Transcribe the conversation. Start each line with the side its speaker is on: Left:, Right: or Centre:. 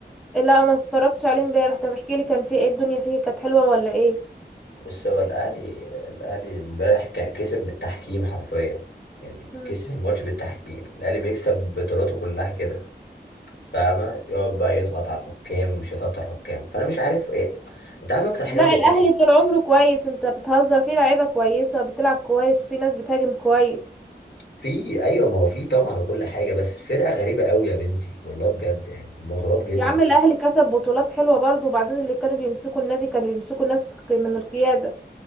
Centre: لا ما اتفرجتش عليه امبارح طب احكي لي كان فيه ايه الدنيا فيه كانت حلوة ولا ايه
Left: بص هو الأهلي الأهلي امبارح كان كسب بالتحكيم حرفيا يعني
Centre: امم
Left: كسب الماتش بالتحكيم الأهلي بيكسب بطولاته كلها كده فاهمة يقعد بقى يضغط على الحكام ومش يضغط على الحكام فأنا مش عارف إيه أنت عارف أكتر حاجة
Centre: لا
Left: مضايقاني
Centre: الأهلي طول عمره كويس انت بتهزر فيه لعيبة كويسة بتلعب كويس وفي ناس بتهاجم كويس
Left: في أيوه ما هو في طبعا وكل حاجة بس فرقة غريبة قوي يا بنتي والله بجد يعني هم غراب جدا
Centre: يا عم الأهلي كسب بطولات حلوة برضه وبعدين اللي كانوا بيمسكوا النادي كانوا بيمسكوا ناس من القيادة